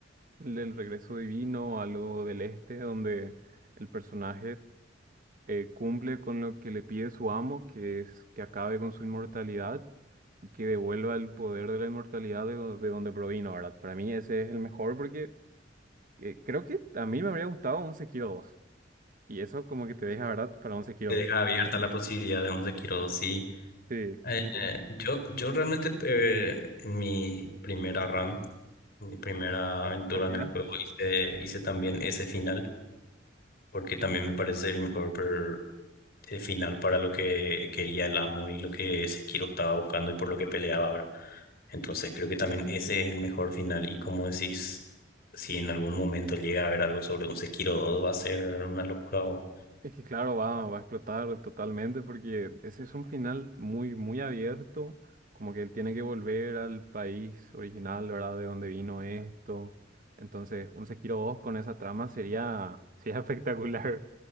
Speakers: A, on the right (about 45°); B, on the left (about 55°).
A: el del regreso divino, algo del este, donde el personaje eh, cumple con lo que le pide su amo, que es que acabe con su inmortalidad y que devuelva el poder de la inmortalidad de, do- de donde provino, ¿verdad? Para mí ese es el mejor porque eh, creo que a mí me habría gustado un Sekiro dos Y eso como que te deja, ¿verdad? Para un Sekiro
B: Te deja
A: 2.
B: abierta la posibilidad de un Sekiro dos Sí,
A: Sí.
B: Eh,
A: Deja-
B: eh, yo, yo realmente eh, en mi primera run, en mi primera aventura
A: ¿Partida?
B: en el juego, hice, hice también ese final, porque también me parece el mejor, per- el final para lo que quería el amo y lo que Sekiro estaba buscando y por lo que peleaba, ¿verdad? Entonces creo que también ese es el mejor final y como decís, si en algún momento llega a haber algo sobre un Sekiro dos va a ser una locura. o-
A: Es que claro, va, va a explotar totalmente porque ese es un final muy, muy abierto, como que él tiene que volver al país original, ¿verdad? De donde vino esto. Entonces, un Sekiro dos con esa trama sería, <laughs> sería espectacular.